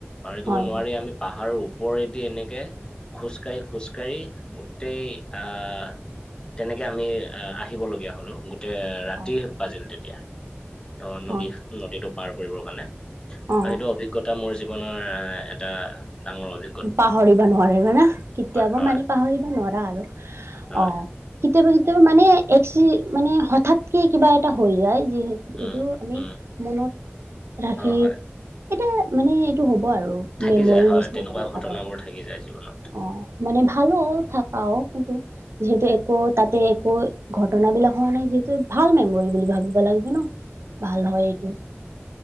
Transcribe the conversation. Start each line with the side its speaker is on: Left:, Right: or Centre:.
Left: পাৰ
Right: হয়।
Left: কৰিব
Right: হয়
Left: নোৱাৰি আমি পাহাৰৰ ওপৰেদি এনেকে খোজ কাঢ়ি খোজকাঢ়ি গোটেই আহ তেনেকে আমি আহ আহিবলগীয়া হল অ তে ৰাতি
Right: হয়
Left: বাজিল তেতিয়া ত নদী
Right: হয়
Left: নদীটো পাৰ কৰিবৰ কাৰণে
Right: অ
Left: ত সেইটো অভিজ্ঞতা মোৰ জীৱনৰ এটা ডাঙৰ অভি
Right: পাহৰিব নোৱাৰি হয় না কেতিয়াবা
Left: হয়
Right: মানে পাহৰিব নোৱাৰা আৰু অ
Left: হয়
Right: কেতিয়াবা কেতিয়াবা মানে একচি মানে হঠাৎকে কিবা এটা হৈ যায় যি
Left: উম
Right: এইটো আমি
Left: উম
Right: মনত ৰাখি
Left: হয় হয়
Right: এইটো মানে এইটো হ'ব আৰু
Left: থাকি
Right: মেমৰি
Left: যায় হয়
Right: নিচ <unintelligible>
Left: তেনেকুৱা ঘটনাবোৰ
Right: হয়
Left: থাকি যায় জীৱনত
Right: অ মানে ভালও থাকাও কিন্তু যিহেতু এক ত তাতে একো ঘটনা বিলাক হোৱা নাই যিহেতু ভাল মেমৰি বুলি ভাবিব লাগিব ন ভাল হয় এইটো